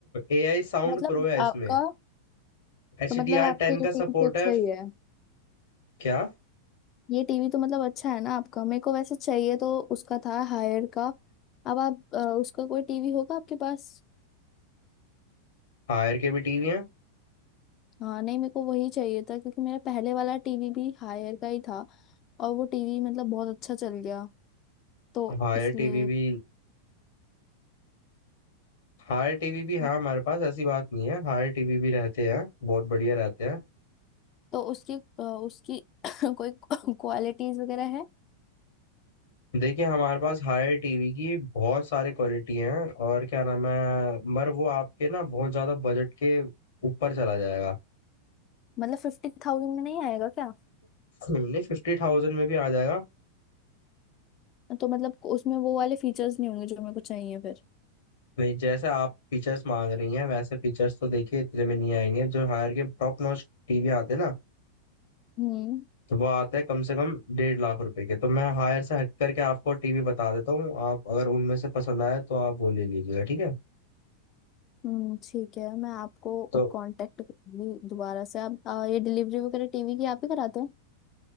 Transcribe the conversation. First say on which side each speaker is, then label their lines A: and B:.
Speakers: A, on the left; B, on the left.
A: ए आई साउंड
B: मतलब
A: प्रो है
B: आपका
A: इसमें एच
B: तो मतलब
A: डी
B: आपका
A: आर टेन
B: ये
A: का
B: टीवी
A: सपोर्ट
B: तो अच्छा
A: है
B: ही है
A: क्या
B: ये टीवी तो मतलब अच्छा है ना आपका मेरे को वैसे चाहिए तो उसका था हायर का अब आप अ, उसका कोई टीवी होगा आपके पास
A: हायर के भी टीवी है
B: हाँ नहीं मेरे को वही चाहिए था क्योंकि मेरा पहले वाला टीवी भी हायर का ही था और वो टीवी मतलब बहुत अच्छा चल गया तो
A: हायर
B: इसलिए
A: टीवी भी हायर टीवी भी है
B: हाँ,
A: हमारे पास ऐसी बात नहीं है हायर टीवी भी रहते हैं बहुत बढ़िया रहते हैं
B: तो उसकी अ, उसकी <coughs> कोई क्वालिटीज वगैरह है
A: देखिए हमारे पास हायर टीवी की बहुत सारे क्वालिटी हैं और क्या नाम है मगर वो आपके ना बहुत ज्यादा बजट के ऊपर चला जाएगा
B: मतलब फिफ्टी थाउजेंड में नहीं आएगा क्या
A: नहीं फिफ्टी थाउजेंड में भी आ जाएगा
B: तो मतलब उसमें वो वाले फीचर्स नहीं होंगे जो मेरे को चाहिए फिर
A: नहीं जैसे आप फीचर्स मांग रही हैं वैसे फीचर्स तो देखिए इतने में नहीं आएंगे जो हायर के टॉप नॉच टीवी आते हैं ना
B: हम्म
A: तो वो आते हैं कम से कम डेढ़ लाख रुपए के तो मैं हायर से हट करके आपको टीवी बता देता हूँ आप अगर उनमें से पसंद आए तो आप वो ले लीजिएगा ठीक है
B: हम्म, ठीक है मैं आपको
A: तो
B: कांटेक्ट करूंगी दोबारा से आप अ, ये डिलीवरी वगैरह टीवी की आप ही कराते हैं